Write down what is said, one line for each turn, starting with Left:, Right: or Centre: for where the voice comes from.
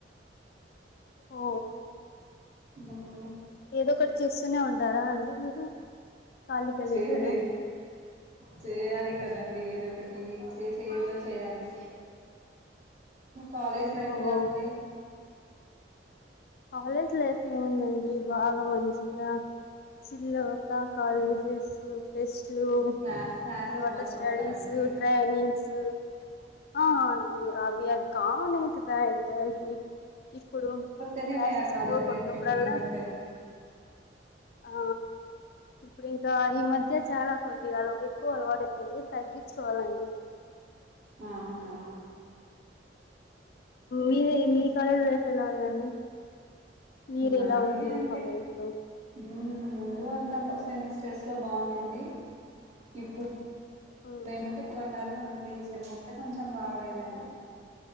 Left: ఓ
Right: ఉమ్
Left: ఏదో ఒకటి చేస్తూనే ఉంటారా అండి మీరు? కలిగ
Right: చేయాలి
Left: లేకుండా
Right: చేయాలి కదండి ఏదో ఒకటి చేసేది ఏదో చేయాలి. కాలేజ్ లైఫ్
Left: ఓ
Right: ఎలా ఉంది?
Left: కాలేజ్ లైఫ్ ఏముందండి బాగా మంచిగా చిల్ అయిత కాలేజెస్ ఫెస్ట్ క్లూ
Right: క్లా క్లాసెస్
Left: తర్వాత
Right: బంక్
Left: స్టడీస్
Right: కొడతారా అండి
Left: ట్రైనింగ్స్ ఆ అండి అవి అ కావును <unintelligible> ఇప్పుడు
Right: పోనీ
Left: క్లాసెస్
Right: లే కాలేజ్
Left: బోర్
Right: లైఫ్కి
Left: కొట్టినప్పుడల్లా
Right: మీనింగ్ ఉంటది
Left: ఆ ఇప్పుడు గా ఈ మధ్య చాలా కొద్దిగాల ఎక్కువ అలవాటు అయిపోయింది తగ్గించుకోవాలండి
Right: అవునా
Left: డైలీ ఎన్ని పనులు ఎలా ఉందీ మీరు
Right: మాది
Left: ఎలా ఉండే
Right: అంతే
Left: కాలేజ్ లో
Right: ఉమ్, ముందు అం సెమిస్టర్స్ లో బాగుంన్నింది ఇప్పు
Left: ఓ
Right: ఏమంటే కొనరు అంటే స్టెమ్ము <unintelligible> కొంచెం బాగలేదండి